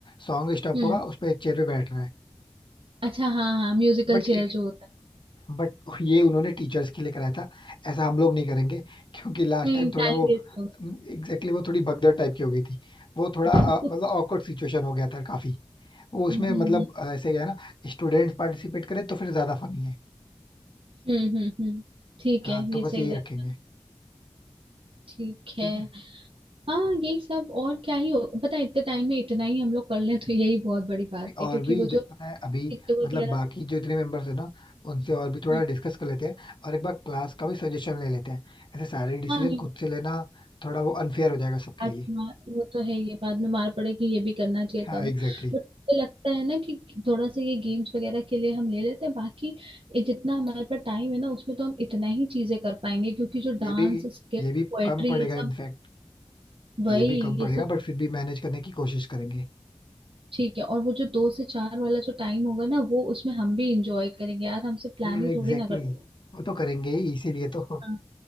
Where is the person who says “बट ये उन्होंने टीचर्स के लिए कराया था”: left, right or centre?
Left